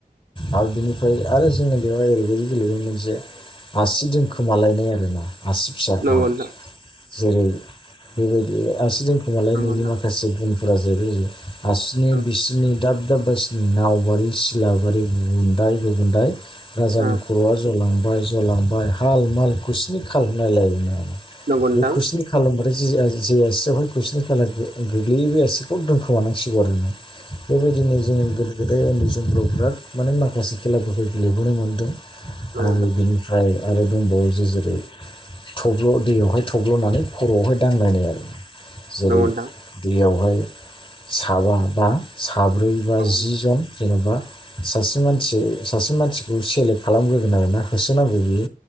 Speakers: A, on the left; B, on the right.
A: आरो बिनिफ्राय आरो जोङो बेवहाय ओरैबायदि गेलेदोंमोन जे। आसि दोनखोमालायनाय आरोना आसि। फिसाखौहाय
B: नंगौ दा?
A: जेरै बेबायदि आसि दोनखुमालायनायनि
B: नंगौ नोंथां
A: माखासे गुनफोरा जोबहोयो। हासिनि-बिसिनि
B: औ
A: दाब-दाब बायसिनि नावबारि-सिलाबारि गुबुन्दाय-गुबुन्दाय। राजानि
B: नंगौ नोंथां
A: खर'आ जलांबाय-जलांबाय हाल-माल खुसिनि खालनायलायोमोन आरो।
B: नंगौ नोंथां
A: बे कुइसिनि खालामबाथाय जे आसियावहाय कुइसिनि खालाम गोग्लैयो बे आसिखौ दोन। खोमानांसिगौ आरोना बेबायदिनो जोंनि गोदो-गोदाय उन्दै समफ्राव बिराद। माने माखासे खेलाफोरखौ गेलेबोनो मोनदों
B: नंगौ
A: आरो
B: नंगौ
A: बिनिफ्राय। आरो दंबावो जे जेरै थब्ल' दैयावहाय थब्ल'नानै खर'आवहाय दांनाय आरो जेरै
B: नोंथां
A: दैयावहाय साबा बा साब्रै बा
B: औ
A: जि जन जेन'बा सासे मानसि सासे मानसिखौ सेलेक्ट खालामग्रोगोन आरोना होसोनांगौ बियो